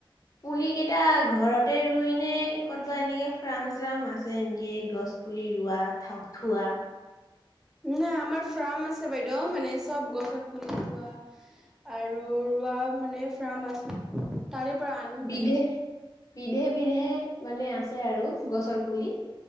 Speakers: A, on the left; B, in the centre.
A: পুলি কেইটা ঘৰতে ৰুই নে কতবা এনেকে ফ্ৰাম চ্ৰাম আছে এনেকে গছ পুলি ৰোৱা থা থোৱা
B: নাই আমাৰ ফাৰ্ম আছে বাইদেউ। মানে চব গছৰ পুলি থোৱা আৰু ৰোৱা মানে ফাৰ্ম আছে। তাৰে পৰা আনো
A: বিধে
B: বাইদেউ।
A: বিধে বিধে মানে আছে আৰু গছৰ পুলি।